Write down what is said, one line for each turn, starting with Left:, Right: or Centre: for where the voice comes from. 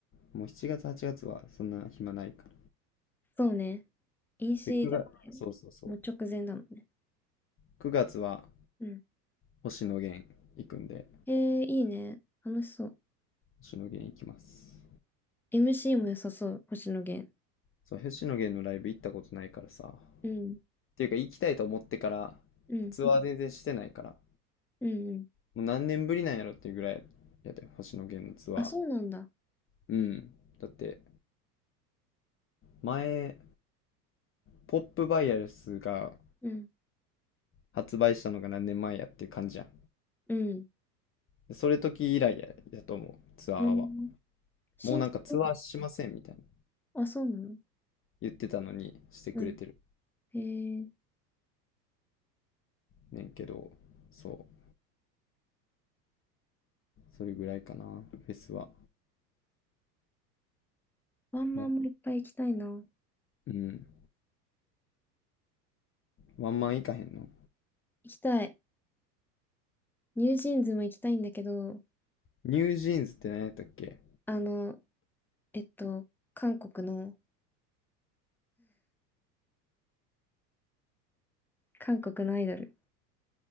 Left: もう7月、8月はちがつはそんな暇ないから。
Centre: そうね。飲酒だって、
Left: で、9月、そうそうそう。
Centre: もう直前だもんね。
Left: 9月は
Centre: うん。
Left: 星野源行くんで、
Centre: えー、いいね。楽しそう。
Left: 星野源行きます。
Centre: MC も良さそう、星野源。
Left: そう、星野源のライブ行ったことないからさ。
Centre: うん。
Left: っていうか、行きたいと思ってから、
Centre: うん。
Left: ツアー全然してないから、
Centre: うんうん。
Left: もう何年ぶりなんやろっていうぐらいやで、星野源のツアー。
Centre: あ、そうなんだ。
Left: うん。だって、前、ポップバイアルスが
Centre: うん。
Left: 発売したのが何年前やっていう感じやん。
Centre: うん。
Left: でそれ時以来や、やと思う、ツアーは。
Centre: うん。新曲、
Left: もうなんかツアーしませんみたいな
Centre: あ、そうなの
Left: 言ってたのにしてくれてる
Centre: うんへえ、
Left: ねんけど、そう、それぐらいかな、フェスは。
Centre: ワンマンもいっぱい行きたいな。
Left: もう、うん、ワンマンいかへんの
Centre: 行きたい。ニュージーンズも行きたいんだけど、
Left: ニュージーンズって何やったっけ
Centre: あの、えっと、韓国の、韓国のアイドル。